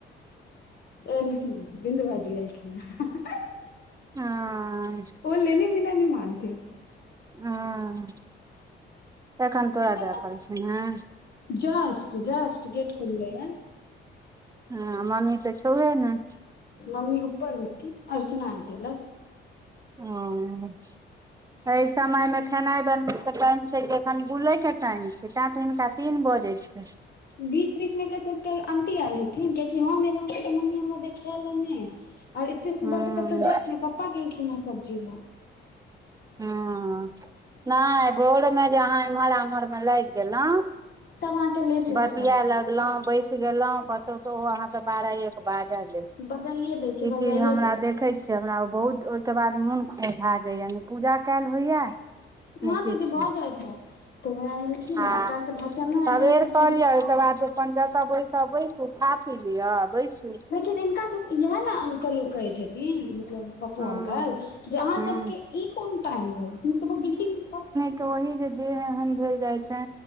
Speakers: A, on the left (about 55°); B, on the right (about 20°).
A: एलखिन बिन्दु भाइजी एलखिन हन
B: हँ
A: आ लेने बिना नहि मानथिन
B: हूँ एखन तोरा
A: पता
B: जै पड़ै छौ ने
A: जस्ट जस्ट गेट खुललै य
B: हूँ मम्मी तऽ छौहुए नय
A: मम्मी ऊपर मे हेथि अर्चना आंटी लग
B: अच्छा। एहि समय मे खेनाय बनबे के टाइम छै कि एखन बुले के टाइम छै ते तऽ हिनका तीन बजै अच्छा।
A: बीच बीच मे एकर सबके आंटी आयल हेथिन कियाकि हम एलहूँ हे तऽ मम्मी हमरा देखायल हन नै आओर एते
B: हूँ
A: सुबह तऽ कतौ जायत ने पप्पा गेलखिन हन सब्जी ल
B: हूँ नहि भोरमे जे अहाँ इमहर आम्हरमे लागि गेलहुँ
A: तब अहाँके लेट हेबे
B: बतिया
A: करत
B: लगलौ बैस गेलहूँ कतौ तऽ ओ अहाँकेँ बारह एक बाजऽ दइ छै
A: बजाइए दै छै
B: ई
A: बजाइए
B: चीज हमरा
A: दै
B: देखै छै से हमरा बहुत ओहिके बाद मोन खौउंझा जाइया ने पूजा कयल होइया नहि
A: ह
B: किछु
A: दीदी भऽ जाइ छै त वैएह एलखिन
B: आ
A: आओर कैल तऽ भजन भाइजी
B: सबेर
A: आयल रहथिन
B: कऽ लिअ ओहिके
A: कामसे
B: बाद अपन जता बैसब बैसू खा पि लिया बैसू
A: लेकिन हिनका सभके- यैह ने अंकलो कहै छथिन मतलब पप्पू
B: हँ
A: अंकल जे अहाँ
B: हँ
A: सभ के ई कोन टाइम अय- बिल्डिंग मे सभ
B: वही जे देह एहन भेल जाइ छै।